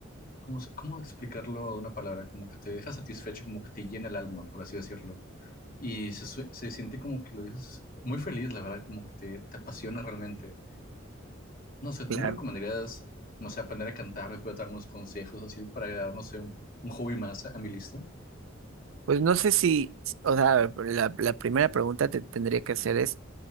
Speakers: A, on the left; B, on the right.
A: ¿Cómo, se- cómo explicarlo de una palabra? Como que te deja satisfecho, como que te llena el alma, por así decirlo. Y se, sue- se siente como que lo dices muy feliz, la verdad, como que te, te apasiona realmente. No sé, ¿tú
B: Claro.
A: me recomendarías, no sé, aprender a cantar? ¿Me puedes dar unos consejos así para agregar, no sé, un, un hobby más a, mi lista?
B: Pues no sé si, o sea, la, la primera pregunta que te tendría que hacer es,